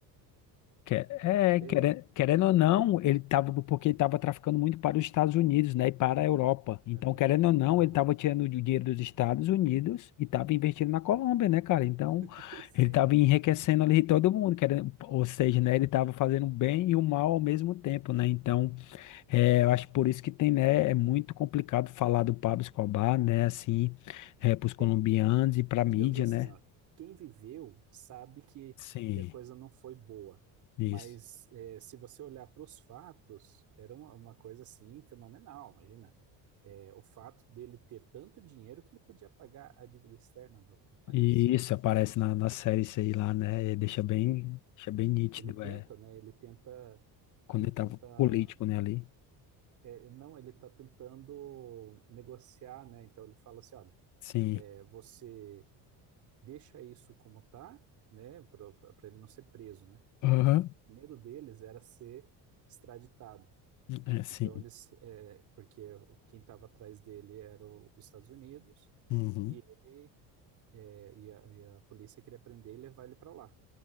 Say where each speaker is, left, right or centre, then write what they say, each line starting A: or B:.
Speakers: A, on the left; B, on the right.
A: quer, é,
B: É,
A: querendo, querendo ou não, ele tava, porque ele tava traficando muito para os Estados Unidos, né? E para a Europa. Então,
B: aham,
A: querendo ou não,
B: aham,
A: ele tava tirando o dinheiro dos Estados Unidos e tava investindo na Colômbia, né, cara? Então,
B: <laughs> sim.
A: ele tava enriquecendo ali todo mundo, querendo, ou seja, né? Ele tava fazendo o bem e o mal ao mesmo tempo, né? Então. É, eu acho por isso que tem, né, é muito complicado falar do Pablo Escobar, né, assim, é, para os colombianos
B: E,
A: e para a mídia,
B: digamos assim,
A: né?
B: ó, quem viveu sabe que,
A: Sim,
B: que a coisa não foi boa,
A: isso.
B: mas é, se você olhar para os fatos, era uma, uma coisa assim fenomenal, imagina. é, o fato dele ter tanto dinheiro que ele podia pagar a dívida externa do, do país.
A: E isso aparece na, na série isso aí lá, né? E deixa bem, deixa bem nítido,
B: Ele tenta,
A: é,
B: né? Ele tenta,
A: quando
B: ele
A: ele
B: tenta,
A: tava político, né, ali.
B: é, não, ele está tentando negociar, né? Então ele fala assim, olha,
A: Sim.
B: é, você deixa isso como tá, né? Para ele não ser preso, né?
A: Aham.
B: O medo deles era ser extraditado.
A: É, sim.
B: Então eles, é, porque o- quem estava atrás dele era o- os Estados Unidos
A: Uhum.
B: e ele é, e a, e a polícia queria prender e levar ele para lá,